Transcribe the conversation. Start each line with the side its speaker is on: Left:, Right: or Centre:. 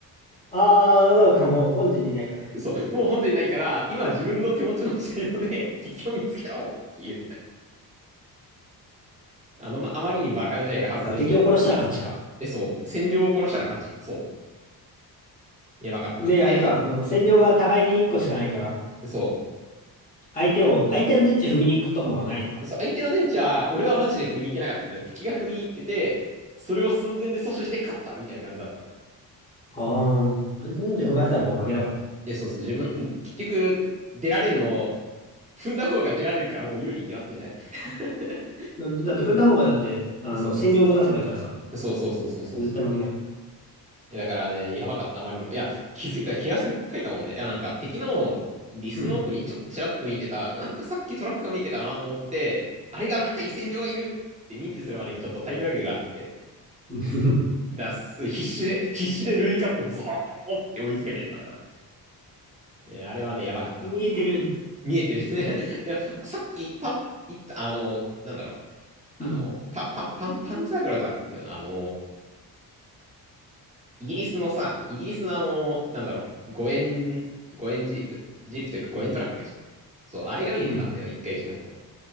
Left: ああ、なんかもう本陣にないから。
Right: そう、もう本陣ないから、今自分の手持ちの車両で敵を見つけろっていう。あの、ま、あまりにバカ時代が発生して、
Left: そうか、敵を殺したら勝ちか。
Right: え、そう。占領を殺したら勝ち。そう。やばかった。
Left: で、
Right: で、
Left: あれか、もう占領が互いに1個しかないから、
Right: そ
Left: 相手を、相手の陣地踏みに行くとこもないのか。
Right: う。そう、相手の電池は、俺はマジで踏みに行けなかったけど、敵が踏みに行ってて、それを寸前で阻止して勝ったみたいな感じだった。
Left: ああ、相手の陣地踏まれたらもう負けだか
Right: え、そうそう。自分、うん結局、出られんの、踏んだ方が出られるからもう有利に決まってんじゃん。<laughs>
Left: ら。だだって踏んだ方がだって、あの、
Right: そうそうそうそ
Left: 占領も出せばいいからさ、
Right: う。そうそうそうそうそう。
Left: 絶対負けない。
Right: いやだからね、やばかった、あまりにも。いや、気づいたら、毛足で書いたもんね。いや、なんか敵のリスの奥にちょっとちらっと見てた、
Left: うん。
Right: なんかさっきトラックが見てたなと思って、あれが中に占領がいるって認知するまでにちょっとタイムラグがあって、
Left: <laughs>
Right: そう。だ、す必死で、必死でルイカットゾーンって追いかけてったから。ねあれはね、やばかった。
Left: 見えてる。
Right: 見えてるね。<laughs> いや、さっき言った、言った、あの、なんだろう。
Left: うん。
Right: あの、パ、パ、パン、パンザーグラザーだよな。あの、イギリスのさ、イギリスのあの、なんだろう、5円、5円ジープジープというか5円トラックじゃん。そう、あれが見えてたんだよ、
Left: うん。
Right: 一回ちらっと。